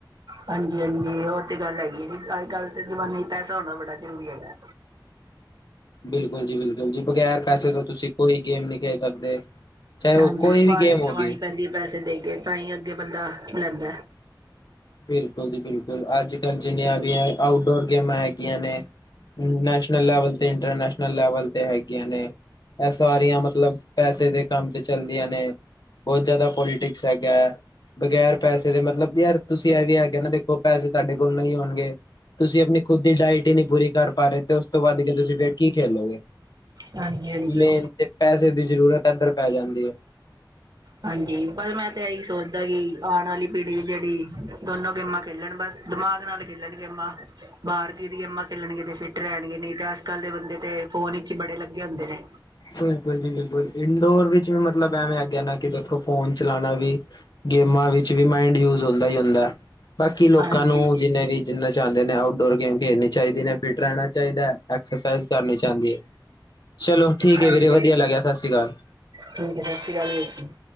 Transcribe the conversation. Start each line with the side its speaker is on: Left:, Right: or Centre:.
Right: ਹਾਂਜੀ -ਹਾਂਜੀ, ਹੋਰ ਤੇ ਗੱਲ ਹੈਗੀ ਐ ਜੀ, ਅੱਜ ਕੱਲ੍ਹ ਤੇ ਜ਼ਮਾਨੇ 'ਚ ਪੈਸਾ ਹੋਣਾ ਬੜਾ ਜ਼ਰੂਰੀ ਹੈਗਾ।
Left: ਬਿਲਕੁਲ ਜੀ -ਬਿਲਕੁਲ ਜੀ, ਬਗੈਰ ਪੈਸੇ ਤੋਂ ਤੁਸੀਂ ਕੋਈ ਗੇਮ ਨੀ ਖੇਲ ਸਕਦੇ। ਚਾਹੇ ਉਹ
Right: ਹਾਂਜੀ,
Left: ਕੋਈ
Right: ਸੁਪਾਰੀਸ਼
Left: ਵੀ ਗੇਮ ਹੋ
Right: ਲਵਾਣੀ
Left: ਗਈ
Right: ਪੈਂਦੀ ਐ ਪੈਸੇ ਦੇ ਕੇ, ਤਾਂ ਹੀ ਅੱਗੇ ਬੰਦਾ ਲੈਂਦਾ।
Left: ਬਿਲਕੁਲ ਜੀ ਬਿਲਕੁਲ, ਅੱਜ ਕੱਲ ਜਿੰਨੀਆਂ ਵੀ ਆਊਟਡੋਰ ਗੇਮਾਂ ਹੈਗੀਆਂ ਨੇ। ਨੈਸ਼ਨਲ ਲੈਵਲ ਤੇ ਇੰਟਰਨੈਸ਼ਨਲ ਲੈਵਲ ਤੇ ਹੈਗੀਆਂ ਨੇ। ਇਹ ਸਾਰੀਆਂ ਮਤਲਬ ਪੈਸੇ ਦੇ ਕੰਮ ਤੇ ਚੱਲਦੀਆਂ ਨੇ। ਬਹੁਤ ਜ਼ਿਆਦਾ ਪੋਲੀਟਿਕਸ ਹੈਗਾ ਆ, ਬਗੈਰ ਪੈਸੇ ਦੇ ਮਤਲਬ ਯਾਰ ਤੁਸੀਂ ਇਹ ਵੀ ਹੈਗੇ ਨਾ ਦੇਖੋਂ, ਪੈਸੇ ਤੁਹਾਡੇ ਕੋਲ ਨਈ ਹੋਣਗੇ। ਤੁਸੀਂ ਆਪਣੀ ਖੁਦ ਦੀ ਡਾਇਟ ਹੀ- ਨੀ ਪੂਰੀ ਕਰ ਪਾ ਰਹੇ, ਤੇ ਉਸ ਤੋਂ ਬਾਅਦ ਤੁਸੀਂ ਫਿਰ ਕੀ ਖੇਲੋਗੇ।
Right: ਹਾਂਜੀ-ਹਾਂਜੀ,
Left: ਮੇਨ ਤੇ ਪੈਸੇ ਦੀ ਜ਼ਰੂਰਤ ਏਧਰ ਪੈ ਜਾਂਦੀ ਐ।
Right: ਹਾਂਜੀ, ਪਰ ਮੈਂ ਤੇ ਏਹੀ ਸੋਚਦਾ ਕਿ, ਆਣ ਵਾਲੀ ਪੀੜ੍ਹੀ ਵੀ ਜੇਹੜੀ ਦੋਨੋ ਗੇਮਾਂ ਖੇਲਣ, ਬਸ ਦਿਮਾਗ ਨਾਲ ਖੇਲਣ ਗੇਮਾਂ, ਬਾਹਰ ਜ ਦੀ ਗੇਮਾਂ ਖੇਲਣਗੇ ਤੇ ਫਿੱਟ ਰਹਿਣਗੇ, ਨਈ ਤੇ ਅੱਜ -ਕੱਲ ਦੇ ਬੰਦੇ ਤੇ ਫੋਨ ਵਿਚ ਹੀ ਬੜੇ ਲੱਗੇ ਹੁੰਦੇ ਨੇ।
Left: ਬਿਲਕੁਲ ਜੀ ਬਿਲਕੁਲ, ਇੰਡੋਰ ਵਿੱਚ ਵੀ ਮਤਲਬ ਐਵੇਂ ਆਗੇਆ ਆਨਾ ਕਿ ਦੇਖੋ ਫੋਨ ਚਲਾਨਾ ਵੀ ਗੇਮਾਂ ਵਿੱਚ ਵੀ ਮਾਇੰਡ ਯੂਜ ਹੁੰਦਾ ਈ ਹੁੰਦਾ। ਬਾਕੀ ਲੋਕਾਂ
Right: ਹਾਂਜੀ,
Left: ਨੂੰ ਜਿੰਨੇ ਵੀ ਜਿੰਨਾ ਚਾਹੁੰਦੇ ਨੇ, ਆਊਟਡੋਰ ਗੇਮ ਖੇਡਣੀ ਚਾਹੀਦੀ ਨੇ, ਫਿਟ ਰਹਿਣਾ ਚਾਹੀਦਾ ਐ। ਐਕਸਰਸਾਈਜ਼ ਕਰਨੀ ਚਾਹੁੰਦੀ, ਚਲੋਂ ਠੀਕ
Right: ਹਾਂਜੀ
Left: ਐ ਵੀਰੇ ਵਧੀਆ ਲੱਗਿਆ, ਸਤਿ ਸ਼੍ਰੀ ਅਕਾਲ‌।
Right: ਠੀਕ ਐ, ਸਤਿ ਸ੍ਰੀ ਅਕਾਲ ਵੀਰ ਜੀ।